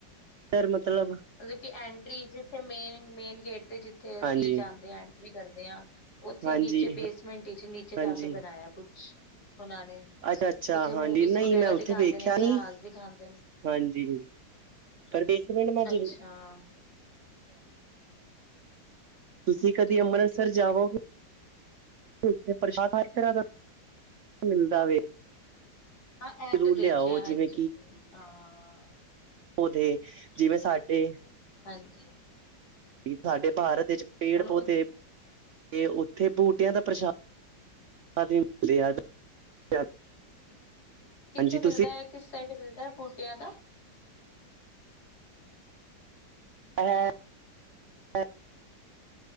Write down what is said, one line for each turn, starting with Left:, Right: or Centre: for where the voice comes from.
Right: ਰ ਮਤਲਬ?
Left: ਮਲਬ ਕਿ ਐਂਟਰੀ ਜਿੱਥੇ ਮੇਨ, ਮੇਨ ਗੇਟ ਤੇ ਜਿੱਥੇ ਅਸੀ
Right: ਹਾਂਜੀ
Left: ਜਾਦੇ ਆਂ ਐਂਟਰੀ ਕਰਦੇ ਆਂ। ਓਥੇ
Right: ਹਾਂਜੀ
Left: ਨੀਚੇ ਬੇਸਮੈਂਟ ਇਚ ਨੀਚੇ
Right: ਹਾਂਜੀ
Left: ਜਾ ਕੇ ਬਣਾਏਆ ਕੁਛ, ਓਨਾਂ ਨੇ
Right: ਅੱਛਾ ਅੱਛਾ
Left: ਓਥੇ
Right: ਹਾਂਜੀ
Left: ਮੂਵੀਜ਼
Right: ਨਹੀਂ
Left: ਵਗੈਰਾ
Right: ਮੈਂ
Left: ਦਿਖਾਂਦੇ
Right: ਉੱਥੇ ਵੇਖਿਆ
Left: ਨੇ ਇਤਿਹਾਸ
Right: ਨੀ
Left: ਦਿਖਾਂਦੇ ਨੇ।
Right: ਹਾਂਜੀ, ਪਰ ਬੇਸਮੈਂਟ ਮੈਂ ਜੀ
Left: ਅੱਛਾ
Right: ਤੁਸੀ ਕਦੇ
Left: ਠੀਕ
Right: ਅੰਮ੍ਰਤਸਰ
Left: ਹੈ ਠੀਕ
Right: ਜਾਵੋਗੇ?
Left: ਹੈ
Right: ਉੱਥੇ ਪਰਸ਼ ਹਰ ਤਰਾਂ ਦਾ ਮਿਲਦਾ ਵੇ।
Left: ਹਾਂ, ਐ
Right: ਜ਼ਰੂਰ
Left: ਤੇ ਦੇਖੈਆ
Right: ਲਿਆਓ
Left: ਹਾਂਜੀ
Right: ਜਿਵੇਂ
Left: ਹਾਂ।
Right: ਔਧੇ ਜਿਵੇਂ ਸਾਡੇ
Left: ਹਾਂਜੀ।
Right: ਸਾਡੇ ਭਾਰਤ ਵਿੱਚ ਪੇੜ-ਪੌਦੇ,
Left: ਹੁਣ ਉਹ
Right: ਤੇ ਓਥੇ ਬੂਟੇਆਂ ਦਾ ਪ੍ਰਸ਼ਾਦ <unintelligible> ਹਾਂਜੀ
Left: ਕਿੱਥੇ ਮਿਲਦਾ
Right: ਤੁਸੀਂ
Left: ਐ? ਕਿਸ ਸਾਈਡ ਮਿਲਦਾ ਐ ਬੂਟੇਆਂ ਦਾ?
Right: ਐ